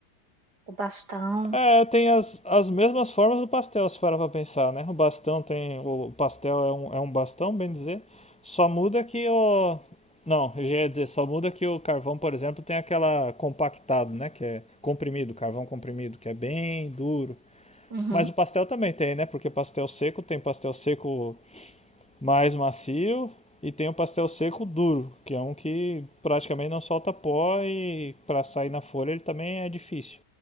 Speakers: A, on the right; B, in the centre.
A: o bastão.
B: É, tem as, as mesmas formas do pastel, se parar pra pensar, né? O bastão tem. O pastel é um, é um bastão, bem dizer. Só muda que o. Não, eu já ia dizer, só muda que o carvão, por exemplo, tem aquela compactado, né? Que é comprimido, carvão comprimido, que é bem duro.
A: Uhum,
B: Mas o pastel também tem, né? Porque pastel seco tem pastel seco mais macio e tem o pastel seco duro, que é um que praticamente não solta pó e para sair na folha ele também é difícil.